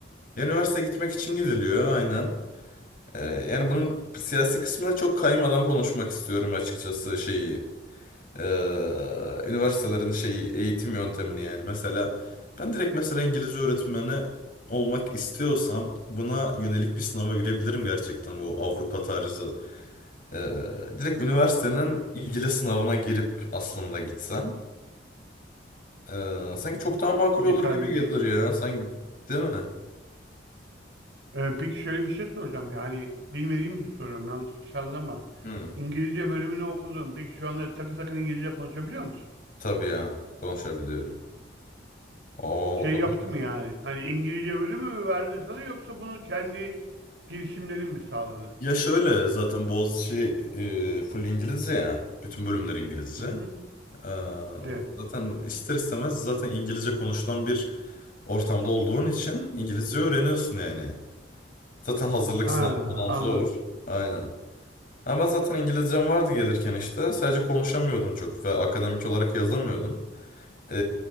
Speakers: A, on the left; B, on the right.
A: Ya üniversite gitmek için gidiliyor aynen. Ee, yani bunun siyasi kısmına çok kaymadan konuşmak istiyorum açıkçası şeyi e, üniversitelerin şeyi eğitim yöntemini yani mesela ben direkt mesela İngilizce öğretmeni olmak istiyorsam buna yönelik bir sınava girebilirim gerçekten bu Avrupa tarzı. E, direkt üniversitenin
B: Olabilir tabii.
A: ilgili sınavına girip aslında gitsem e, sanki
B: Hı
A: çok
B: hı.
A: daha makul
B: Yeterlilik.
A: olur gibi gelir ya sanki değil mi?
B: Ee, peki şöyle bir şey soracağım yani bilmediğim için soruyorum yanlış anlama.
A: Hı,
B: İngilizce bölümünü okudun. Peki şu anda takır takır İngilizce konuşabiliyor musun?
A: tabii ya konuşabiliyorum. Oo,
B: Şey
A: o konu.
B: yaptı mı yani? Hani İngilizce bölümü mü verdi sana yoksa bunu kendi girişimlerin mi sağladı?
A: Ya şöyle zaten Boğaziçi e, full İngilizce ya. Bütün bölümler İngilizce.
B: Hı hı.
A: Ee,
B: Evet.
A: Zaten ister istemez zaten İngilizce konuşulan bir ortamda olduğun için İngilizce öğreniyorsun yani. Zaten hazırlık
B: Ha,
A: sınavı falan
B: anladım.
A: zor. Aynen. Ama ben zaten İngilizcem vardı gelirken işte. Sadece konuşamıyordum çok ve akademik olarak yazamıyordum. Ee,